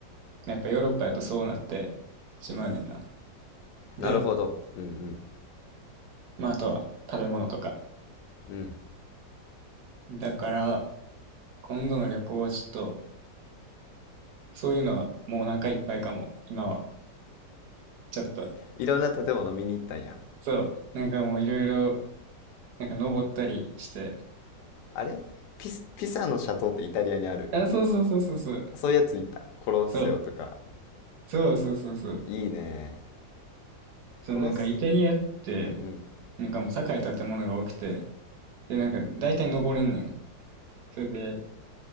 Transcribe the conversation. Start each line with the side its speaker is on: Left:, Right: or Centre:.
Right: やっぱヨーロッパやとそうなってしまうねんな。
Left: なるほど。
Right: で、
Left: うん
Right: まああとは食べ物とか。
Left: うん。うん。
Right: だから、今度の旅行はちょっと、そういうのはもうお腹いっぱいかも、今は。ちょっと。
Left: いろんな建物見に行ったんや。
Right: そう。なんかもういろいろ、なんか登ったりして。
Left: あれピスピサのシャトーってイタリアにある。
Right: あ、そうそうそうそうそう。
Left: そういうやつ行った。コロッセオとか。
Right: そう。そうそうそうそう。
Left: いいね。
Right: そう、
Left: コロッセ、
Right: なんかイタリアって、
Left: うんうん。
Right: なんかもう高い建物が多くて、で、なんか大体登れんねん。それで、